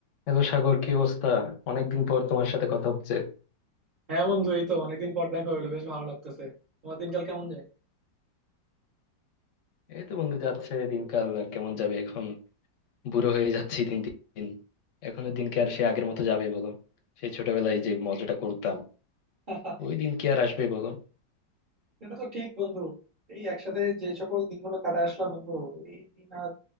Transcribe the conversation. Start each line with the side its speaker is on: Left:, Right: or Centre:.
Left: Hello Sagar কি অবস্থা অনেকদিন পর তোমার সাথে কথা হচ্ছে
Right: হ্যাঁ বন্ধু এই তো অনেকদিন পর দেখা হইলো বেশ ভালো লাগতেছে তোমার দিনকাল কেমন যায়
Left: এই তো বন্ধু যাচ্ছে দিনকাল আর কেমন যাবে এখন বুড়ো হয়ে যাচ্ছি দিন দিন এখনো দিন কি আর সে আগের মতো যাবে বলো সেই ছোটবেলায় যে মজাটা করতাম
Right: <laughs>
Left: ওই দিন কি আর আসবে বলো
Right: এটা তো ঠিক বন্ধু এই একসাথে যে সকল দিনগুলো কাটায় আসলাম বন্ধু এই দিন আর